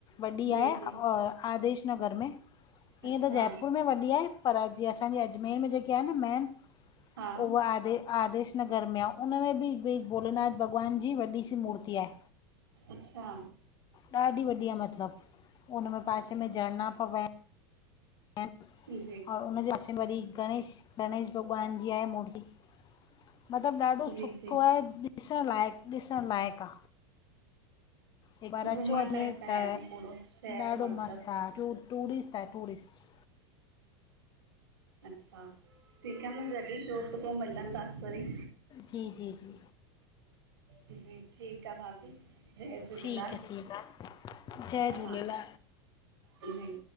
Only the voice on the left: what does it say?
वॾी
आ
आदेश नगर में ईअं
त जयपुर में वॾी आहे पर जीअं असांजी अजमेर में जेकी आहे न मेन
उहा आदे आदेश नगर में आ उनमें बि बि भोलेनाथ भॻवान जी वॾी सी मूर्ती आए
ॾाढी वॾी आहे मतलब उन मेंें पासे में झरना पा वहन और
हुननजे पासे वरी गणेश गणेश भॻवान जी आहे मूर्ती मतलब ॾाढो
सुठो
आ ॾिसणु लाइक़ ॾिसणु लाइक़ आ हिक बार
अचो अजमेर
त
ॾाढो
मस्त आ टूरिस्ट आ टूरिस्ट
जी जी जी
ठीक आ ठीकु आ जय झूलेलाल।